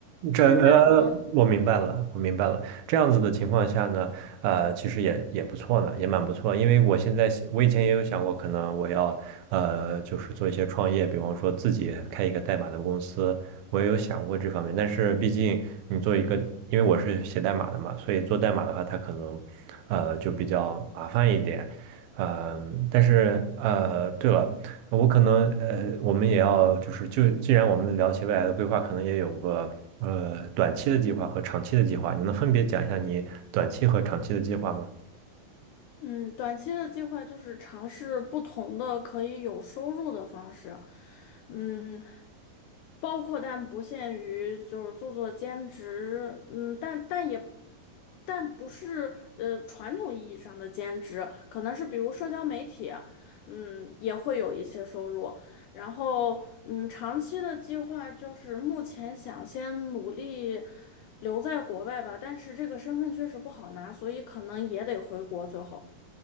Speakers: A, on the left; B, on the right.
A: 现在可能
B: 这呃，我明白了，我明白了。这样子的情况下呢，呃，其实也也不错呢，也蛮不错。因为我现在想我以前也有想过，可能我要呃，就是做一些创业，比方说自己开一个代码的公司，我也有想过这方面。但是毕竟你做一个，因为我是写代码的嘛，所以做代码的话，它可能呃就比较麻烦一点。嗯、但是呃，对了。我可能呃，我们也要就是就既然我们聊起未来的规划，可能也有个呃短期的计划和长期的计划。你能分别讲一下你短期和长期的计划吗？
A: 嗯短期的计划就是尝试不同的可以有收入的方式，嗯。包括但不限于就是做做兼职，嗯，但但也但不是呃传统意义上的兼职，可能是比如社交媒体，嗯，也会有一些收入。然后嗯，长期的计划就是目前想先努力留在国外吧，但是这个身份确实不好拿，所以可能也得回国最后。